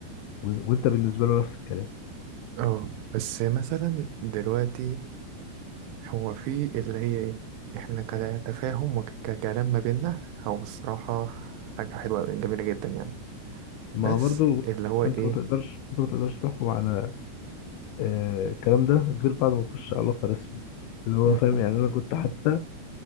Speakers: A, on the left; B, on the right.
A: و... وانت بالنسبه له نفس الكلام
B: اه بس مثلا دلوقتي هو في اللي هي ايه احنا كتفاهم وككلام ما بينا هو الصراحة حاجة حلوة جميلة جدا يعني
A: ما
B: بس
A: هو برضه بص،
B: اللي هو ايه
A: انت ما تقدرش انت ما تقدرش تحكم على آه، الكلام ده غير بعد ما تخش علاقة رسمي اللي هو
B: مم.
A: فاهم يعني انا كنت حتى